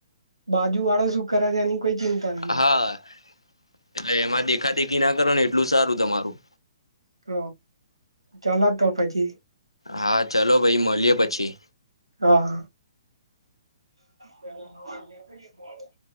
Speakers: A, on the right; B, on the left.
A: બાજુ વાળો સુ કરે છે એની કોઈ ચિંતા
B: એમ
A: નહી.
B: હા એટલે એમાં દેખા દેખી ના કરો ને એટલું સારું તમારું.
A: હ ચાલ તો પછી.
B: હા ચલોો ભાઈ મળએ પછી.
A: હા પેલા.